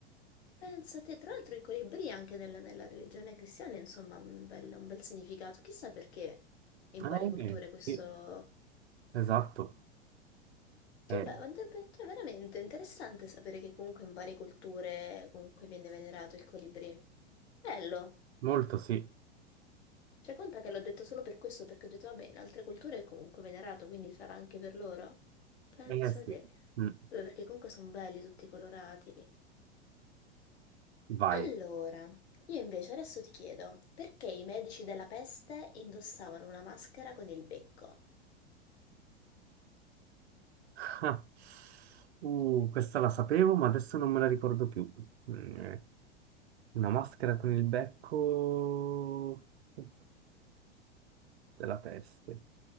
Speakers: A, on the left (about 65°); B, on the right (about 65°).
A: Pensate, tra l'altro i colibrì anche nella, nella religione cristiana, insomma, un bel, un bel significato. Chissà perché in
B: Eh,
A: varie culture questo...
B: sì, esatto,
A: Che
B: Eh,
A: bello, andrebbe- cioè veramente interessante sapere che comunque in varie culture comunque viene venerato il colibrì. Bello!
B: molto sì.
A: Cioè, conta che l'ho detto solo per questo, perché ho detto, vabbè, in altre culture è comunque venerato, quindi sarà anche per loro? Pensate.
B: Eh, sì. Mm,
A: Vabbè, perché comunque sono belli tutti colorati.
B: Vai.
A: Allora, io invece adesso ti chiedo, perché i medici della peste indossavano una maschera con il becco?
B: <laughs> Ah. Uh, questa la sapevo, ma adesso non me la ricordo più. Mm, eh. Una maschera con il becco eh, della peste.